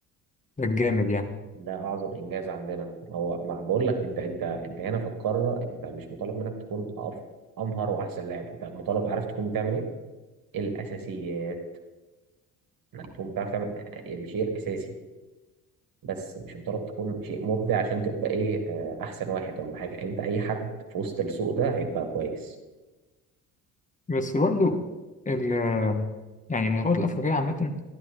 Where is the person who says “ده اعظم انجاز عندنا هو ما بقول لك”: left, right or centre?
Right